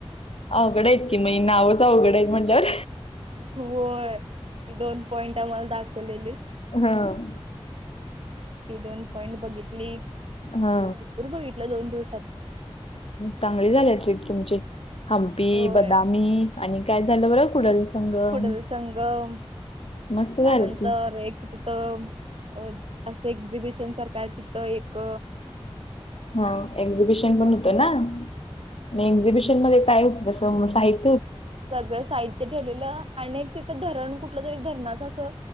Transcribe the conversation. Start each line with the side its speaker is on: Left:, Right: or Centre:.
Left: अवघडं आहेत की, मग नावच अवघड आहेत म्हटवर,
Right: होय, दोन पॉइंट आम्हाला दाखवलेली.
Left: हं...
Right: ती दोन पॉइंट बघितली,
Left: हा
Right: भरपूर बघितलं दोन दिवसात,
Left: चांगली झालेय ट्रीप तुमची, हंपी
Right: होय
Left: बदामी- आणि काय झालं बरं, कुडल- संगम.
Right: कुडल संगम,
Left: मस्त
Right: त्यानंतर
Left: झालं की
Right: एक- तिथं, अ असं एक्झिबिशन सारखं आहे, तिथं एक-
Left: हा, एक्झिबिशन पण होतं ना, मी एक्झिबिशन मध्ये काय होत, साइड-
Right: सगळं साहित्य ठेलेलं, आणि तिथं धरण कुठलं तरी धरणाच असं-